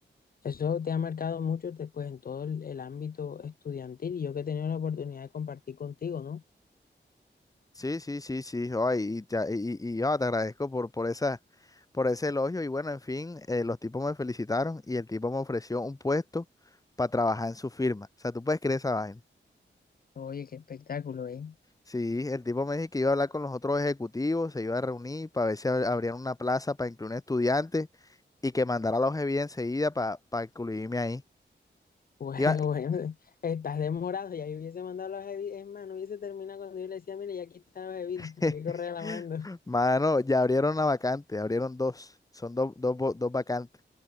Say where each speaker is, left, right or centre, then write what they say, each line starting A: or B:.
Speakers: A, on the left; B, on the left.
A: eso te ha marcado mucho después en todo el, el ámbito estudiantil y yo que he tenido la oportunidad de compartir contigo, ¿no?
B: Sí, sí, sí, sí, ay, y, ya- y, y- y, ah, te agradezco por, por esa, por ese elogio y bueno, en fin, eh, los tipos me felicitaron y el tipo me ofreció un puesto para trabajar en su firma. O sea, tú puedes creer esa vaina.
A: Oye, qué espectáculo, ¿eh?
B: Sí, el tipo me dijo que iba a hablar con los otros ejecutivos, se iba a reunir para ver si ab- abrían una plaza para incluir estudiantes y que mandara la OGB enseguida para incluirme ahí.
A: Bueno,
B: Iba-
A: <laughs> bueno, estás demorado, ya yo hubiese mandado las bebidas, es más, no hubiese terminado cuando yo le decía, mire, ya aquí están las bebidas,
B: <laughs>
A: <laughs> aquí correa la mando.
B: Mano, ya abrieron una vacante, abrieron dos, son dos, dos, vo- dos vacantes.